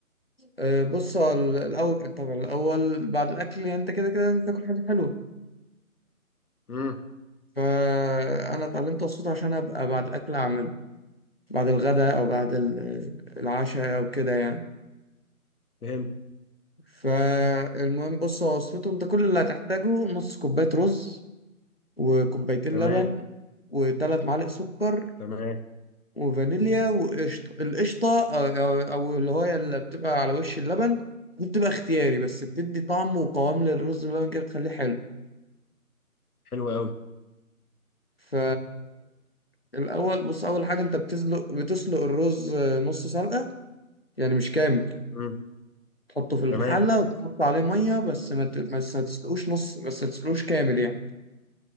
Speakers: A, on the left; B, on the left.
A: آه بص هو ال- الأول طبعا الأول بعد الأكل يعني أنت كده كده لازم تاكل حاجة حلوة
B: امم
A: فأنا اتعلمت الصوت عشان أبقى بعد الأكل أعمله بعد الغداء أو بعد ال- العشاء أو كده يعني
B: فهمت
A: فالمهم بص هو وصفته أنت كل اللي هتحتاجه نص كوباية رز وكوبايتين
B: تمام
A: لبن وثلاث معالق سكر
B: تمام
A: وفانيليا وقشطة القشطة أو أو- أو اللي هو اللي بتبقى على وش اللبن دي بتبقى اختياري بس بتدي طعم وقوام للرز باللبن كده بتخليه حلو
B: حلو قوي
A: ف الأول بص أول حاجة أنت بتسلق بتسلق الرز آه، نص سلقة يعني مش كامل
B: امم
A: تحطه في الحلة
B: تمام
A: وتحط عليه مية بس ما ت- بس ما تسلقوش نص بس ما تسلقوش كامل يعني